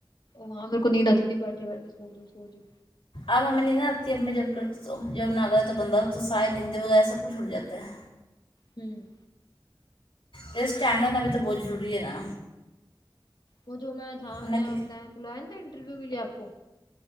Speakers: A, on the left (about 60°); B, on the left (about 85°).
A: ہاں میرے کو نیند آتی تھی بیٹے بیٹھے سو جاو سو جاو
B: اب ہمیں نہی آتی ہے اب میں جب کر تو جب نہ کرتا تو بندہ تو سائے نیند وغیرہ سب کچھ اٹھ جاتا ہے
A: ہوں
B: یہ سٹینڈ ہونا بھی تو بہت ضروری ہے نا
A: وہ جو میں جہاں
B: ہے
A: میں
B: نا
A: نے
B: کہ
A: بتایا بلایا نا تھا انٹرویو کے لیے آپ کو